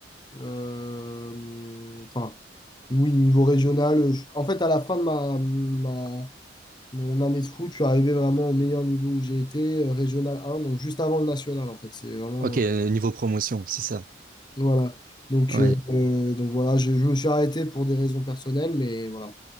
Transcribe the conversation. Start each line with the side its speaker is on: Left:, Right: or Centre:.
Left: Euh, enfin, oui, niveau régional. Je- en fait, à la fin de ma, ma- mon année de foot, je suis arrivé vraiment au meilleur niveau où j'ai été, euh, régional un donc juste avant le national, en fait. C'est vraiment.
Right: Ok, euh, niveau promotion, c'est ça.
Left: Voilà. Donc,
Right: Ouais.
Left: euh, euh, donc voilà, je, je me suis arrêté pour des raisons personnelles, mais voilà.